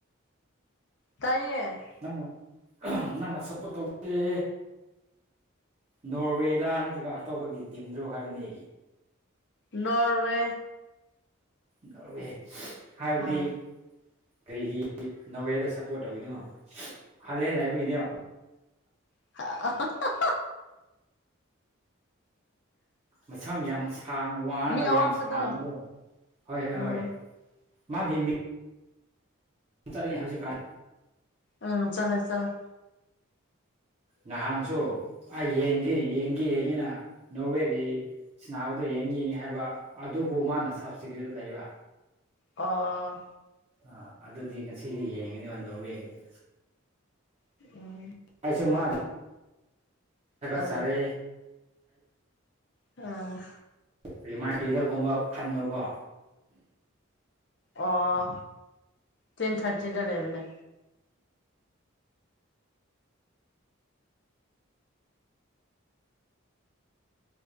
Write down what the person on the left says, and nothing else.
ꯇꯥꯏꯌꯦ
ꯅꯣꯔꯋꯦ
ꯑꯥ
<inaudible>
ꯃꯤ ꯑꯋꯥꯡꯕꯗꯣ
ꯎꯝ
ꯎꯝ ꯆꯂꯦ ꯆꯂꯦ
ꯑ
ꯎ
ꯑ
ꯑ
ꯑꯣ ꯇꯦꯟ ꯊꯥꯔꯇꯤꯗ ꯂꯩꯕꯅꯦ